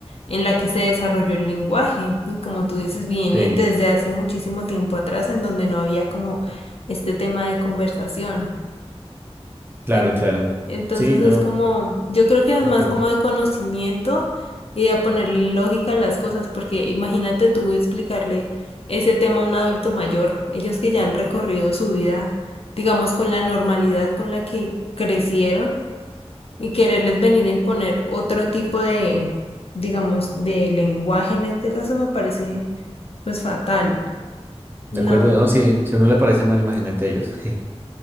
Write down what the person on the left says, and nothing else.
en la que se desarrolló el lenguaje, y como tú dices, viene
desde hace muchísimo tiempo atrás en donde no había como este tema de conversación.
En-
Entonces
es como, yo creo que es
más
como de conocimiento y de ponerle lógica a las cosas, porque imagínate tú explicarle ese tema a un adulto mayor, ellos que ya han recorrido su vida, digamos, con la normalidad con la que crecieron y quererles venir a imponer otro tipo de, digamos, de lenguaje en este caso me parece pues fatal. No,